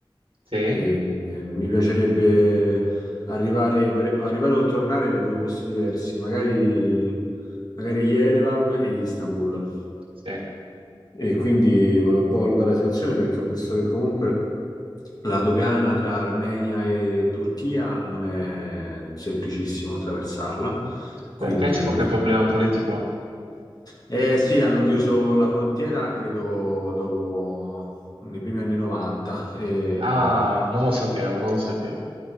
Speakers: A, on the right; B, on the left.
A: sì,
B: e, e mi piacerebbe arrivare, per- arrivare o tornare da due posti diversi, magari, magari Yerevan e Istanbul.
A: sì.
B: E quindi volevo un po' valutare la situazione perché ho visto che comunque La dogana tra Armenia e Turchia non è semplicissimo attraversarla, quindi
A: Perché c'è qualche problema politico?
B: eh, sì, hanno chiuso la frontiera credo dopo nei primi anni 90, e,
A: Ah, non lo sapevo, non lo sapevo.